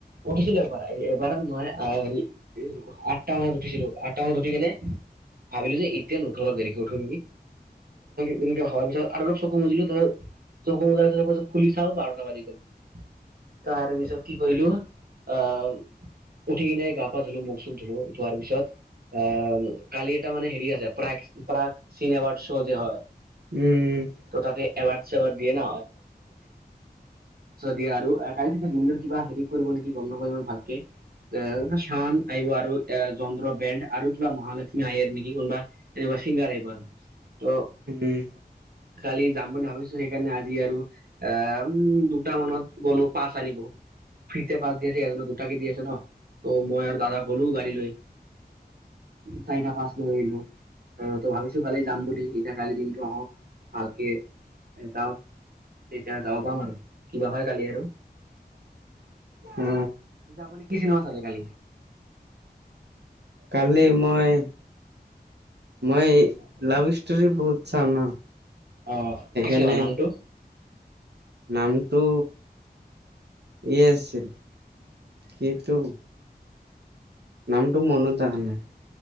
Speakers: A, on the right; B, on the right.
A: উঠিছিলো এবাৰ এবাৰ মই হেৰি আঠটা মানত উঠিছিলো। আঠটামানত উঠি কিনে ভাবিলো যে এতিয়া ন উঠো অলপ দেৰিকৈ উঠো নেকি। পিছত আৰু অলপ চকু মেলিছো তাছত চকু বজ খুলি চাও বাৰটা বাজি গল। তাৰ পিছত কি কিকৰিলো আ। উঠি কিনে গা পা ধুলো মুখ চুখ ধুলো ধোৱাৰ পিছত। আহ কালি এটা মানে হেৰি আছে প্ৰয়েস্ক প্ৰাক চিনেৱাৰ শ' যে হয়।
B: উম
A: ত তাতে এবাৰ। ওৱাছবত দিয়ে ন দিয়ে আৰু। গাড় থাকে নিযৰ কিবা হেৰি কৰিব নেকি গম নপাওঁ হিমান ভালকে। চান আইব আৰু এ যন্ত্ৰ বেণ্ড আৰু কিবা মহালক্ষ্মী আহে নেকি কোনোবা তেনেকুৱা। শিংগাৰ আহিব আৰু ট
B: উম
A: কালি। যাম বুলি ভাবিছো সেইকাৰণে আজি আৰু আহ উম দুট মানত গলো পাছ আনিব। ফ্ৰীতে পাছ দি আছে ন এজ দুটাকে দি আছে ন ত মই আৰু দাদা গলো গাড়ী লৈ। চাইটা পাছ লৈ আহিলো। তো ভাবিছো কালি যাম বুলি এতিয়া কালি দিনটো আহক ভালকে যাওক। তেতিয়া যাব পাম আৰু কিবা হয় কালি আৰু।
B: অ
A: পিছে আপুনি কি চিনোৱা চালে কালি।
B: কালি মই। মই লাভ ষ্টৰি বহুত চাও ন।
A: অ
B: সেইকাৰণে
A: কি আছিলে বা নামটো।
B: নামটো। ই আছিল কিন্তু নামটো মনত আহা নাই